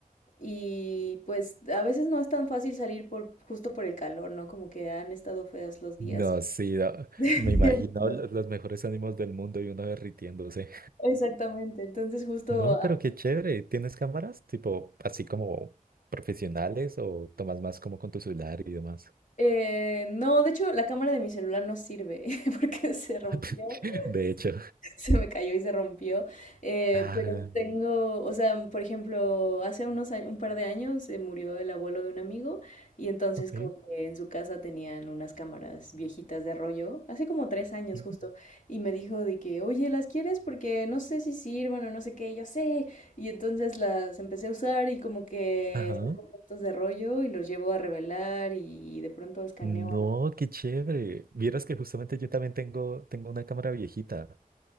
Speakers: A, on the left (about 60°); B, on the right (about 80°).
A: Y pues a veces no es tan fácil salir por justo por el calor, ¿no? Como que han estado feos los días.
B: No, sí, no,
A: <laughs>
B: me imagino lo- los mejores ánimos del mundo y una derritiéndose.
A: Exactamente. Entonces justo,
B: No,
A: ah,
B: pero qué chévere. ¿Tienes cámaras tipo así como profesionales o tomas más como con tu celular y demás?
A: eh, no, de hecho la cámara de mi celular no sirve <laughs> porque se rompió.
B: <laughs> De hecho.
A: <laughs> se me cayó y se rompió. eh,
B: Ah,
A: pero tengo, o sea, por ejemplo, hace unos años, un par de años se murió el abuelo de un amigo y entonces
B: Ok.
A: como que en su casa tenían unas cámaras viejitas de rollo, hace como tres años
B: Ujú.
A: justo, y me dijo de que, oye, ¿las quieres? Porque no sé si sirvan o no sé qué, y yo sé. Y entonces las empecé a usar y como que
B: ajá.
A: saco fotos de rollo y los llevo a revelar y de pronto escaneo
B: No,
A: algo.
B: qué chévere. Vieras que justamente yo también tengo, tengo una cámara viejita.